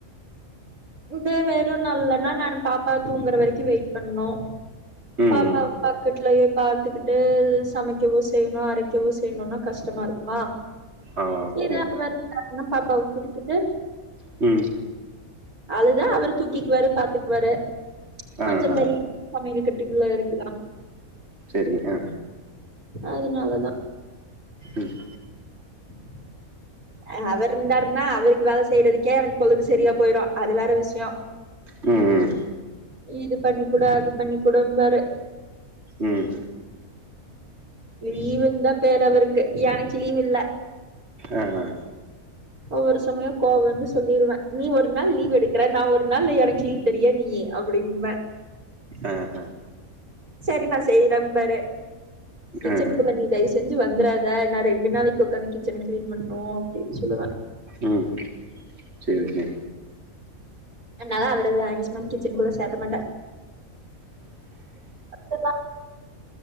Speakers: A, on the right; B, on the right.
A: இதே வேற ஒரு நாள்லனா நானு பாப்பா தூங்குற வரைக்கு வெயிட் பண்ணோ
B: ம்
A: பாப்பா
B: ம்
A: ஆ பெட்லயே பாத்துக்கிட்டு சமைக்கவோ செய்யணு அரைக்கவு செய்யணுனா கஷ்டமா இருக்குமா
B: ஆமா
A: <inaudible> இன்னு
B: ம்
A: பாப்பாவு குடுத்துட்டு
B: ம்
A: அதுதா அவரு தூக்கிக்குவாரு பாத்துக்குவாரு
B: ஆ
A: கொஞ்ச
B: ஆ
A: தண் சமையல் கட்டுக்குள்ளே இருக்கலா
B: செரி அ
A: அதுனால தா
B: ம்
A: <inaudible> ஆ அவருந்தாருன்னா அவருக்கு வேல செய்றதுக்கே எனக்கு பொழுது சரியா போய்ரு அது வேற விஷ்யோ
B: ம் ம்
A: நீ இது பண்ணி குடு அது பண்ணி குடும்பாரு
B: ம் ம்
A: லீவுன் தா பேர் அவருக்கு எனக்கு லீவ் இல்ல
B: அ அ
A: ஒவ்வொரு சமய கோவ வந்து சொல்லிருவ நீ ஒரு நாள் லீவ் எடுக்கற நா ஒரு நாள் எனக்கு லீவ் தரியா நீயு அப்பிடின்பே
B: அ அ
A: செரி நா செய்றம்பாரு கிச்சன்க்குள்ள
B: ஆ
A: நீ தயவு செஞ்சு வந்துறாத நா ரெண்டு நாளைக் உக்காந்து கிச்சன கிளீன் பண்ணு அப்டின் சொல்லுவ
B: ம் செரி செ
A: அன்னால அவர மேக்ஸிமம் கிச்சனுக்குள்ள சேத்த மாட்ட அப்டிதா